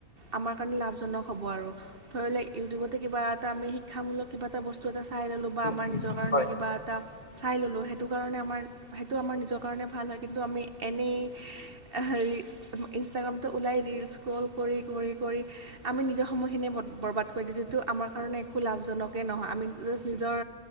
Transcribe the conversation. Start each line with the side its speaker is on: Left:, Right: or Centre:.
Right: আমাৰ কাৰণে লাভজনক হ'ব আৰু ধৰি লেই ইউটিউবতে
Left: উম,
Right: কিবা এটা আমি শিক্ষামূলক কিবা এটা বস্তু এটা চাই ল'লোঁ বা
Left: উম,
Right: আমাৰ
Left: উম,
Right: নিজৰ কাৰণে
Left: হয়
Right: কিবা এটা চাই ল'লোঁ সেইটো কাৰণে আমাৰ সেইটো আমাৰ নিজৰ কাৰণে ভাল হয় কিন্তু আমি এনেই
Left: উম।
Right: হেৰি ইনষ্টাগ্ৰামটো ওলাই ৰিলস্ক্ৰল কৰি কৰি কৰি আমি নিজৰ সময়খিনিয়ে বত বৰবাদ কৈ দিছে টো আমাৰ কাৰণে একো লাভজনকেই নহয় আমি জাষ্ট নিজৰ